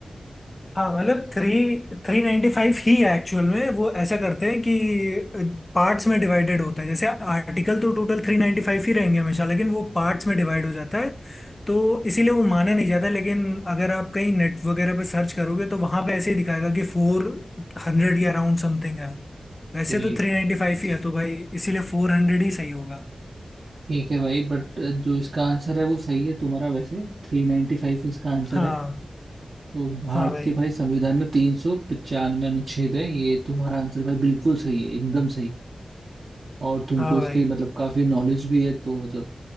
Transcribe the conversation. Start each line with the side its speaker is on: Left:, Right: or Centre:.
Left: हाँ मतलब थ्री थ्री नाइन्टी फाइव ही है एक्चुअल में वो ऐसा करते हैं कि पार्ट्स में डिवाइडेड होता है जैसे आर्टिकल तो टोटल थ्री नाइन्टी फाइव ही रहेंगे हमेशा लेकिन वो पार्ट्स में डिवाइड हो जाता है तो इसीलिए वो माना नहीं जाता लेकिन अगर आप कहीं नेट वगैरह पे सर्च करोगे तो वहां पे ऐसे ही दिखाएगा कि फोर हंड्रेड या अराउंड समथिंग है वैसे
Right: ठीक
Left: तो थ्री नाइन्टी फाइव ही है तो भाई इसीलिए फोर हंड्रेड ही सही होगा
Right: ठीक है भाई बट जो इसका आंसर है वो सही है तुम्हारा वैसे थ्री नाइन्टी फाइव इसका आंसर
Left: हाँ
Right: है तो भारत
Left: हाँ भाई
Right: के भाई संविधान में तीन सौ पचानवे अनुच्छेद है ये तुम्हारा आंसर भाई बिल्कुल सही है एकदम सही और तुमको
Left: हाँ
Right: इसकी
Left: भाई
Right: मतलब काफी नॉलेज भी है तो मतलब